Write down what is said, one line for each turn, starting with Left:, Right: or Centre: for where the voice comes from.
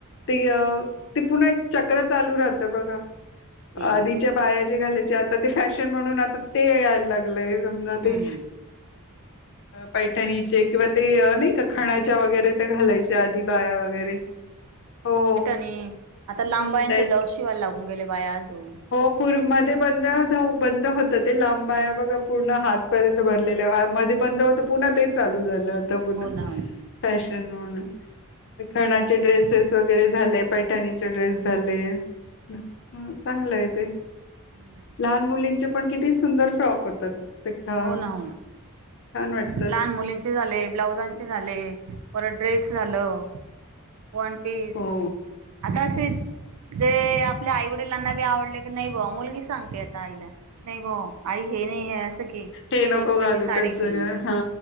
Left: ते अ ते पुन्हा एक चक्र चालू राहतं बघा.
Right: तेच
Left: आधीच्या
Right: ना
Left: बाया जे घालायच्या आता ते फॅशन म्हणून आता ते यायला लागलंय. ते
Right: हम्म
Left: पैठणीचे किंवा ते नाही का खाण्याच्या वगेरे? ते घालायच्या आधी बाया वगैरे हो.
Right: मी आता लांब
Left: हम्म
Right: बाह्यांचे
Left: ते
Right: ब्लाऊज शिवायला लागून गेले बाय अजून.
Left: हो पूर मध्ये बंदच बंद होत ते, लांब बाह्या बघा. पूर्ण हातपर्यंत भरलेले, हा मध्ये बंद होत, पुन्हा तेच चालू झालं आता पुन.
Right: हो ना
Left: फॅशन हो ना. खणाचे ड्रेसेस वगैरे झाले, पैठाणीचे ड्रेस झाले,.
Right: हो
Left: ह,
Right: ना हो ना
Left: चांगलंय आहे ते.
Right: हम्म.
Left: लहान मुलींचे पण किती सुंदर फ्रॉक होतात. ते छान
Right: हो ना हो ना,
Left: वाटतात
Right: लहान मुलीऽ चे झाले, ब्लाउजांचे झाले, परत ड्रेस झालं, वन पीस,
Left: हो
Right: आता असेऽ जे आपल्या आई वडिलांना बी आवडले की नाही बुआ, मुलगी सांगते आता आईला. की नाही बो, आई हे नाही, हे असं घे.
Left: हे
Right: ते नाही
Left: नको
Right: ती तशी
Left: घालू
Right: साडी
Left: तस
Right: घे
Left: ग, हा,,